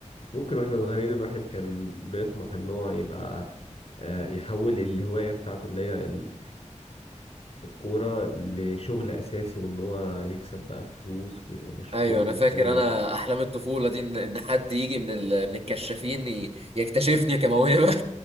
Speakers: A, on the left (about 45°); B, on the right (about 50°).
A: ممكن واحنا صغيرين الواحد كان بيطمح ان هو يبقى آه، يحول الهواية بتاعته اللي هي ال- الكورة لشغل أساسي وإن هو يكسب بقى فلوس ويبقى مشهور
B: ايوه انا
A: من
B: فاكر
A: حاجة زي
B: انا
A: كده
B: احلام الطفوله دي ان إن حد يجي من ال... من الكشافين ي... يكتشفني كموهبه